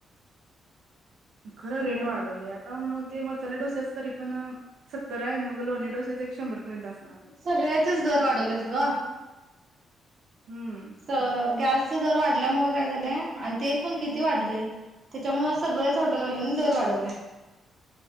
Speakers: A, on the right (about 80°); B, on the right (about 45°).
A: खरं
B: मग
A: रेट वाढवले. मध्ये मसाले डोस्याच तरी पण सत्तर आहे मग लोहणी डोस्याच एक शंभर पर्यंत असत
B: सगळ्याचेच दर वाढवलेत ग.
A: हम्म
B: तर गॅसचे दर वाढल्यामुळे काय झालंय आणि तेल पण किती वाढलेय. त्याच्यामुळे सगळ्याच हॉटेलल्यांनी दर वाढवला.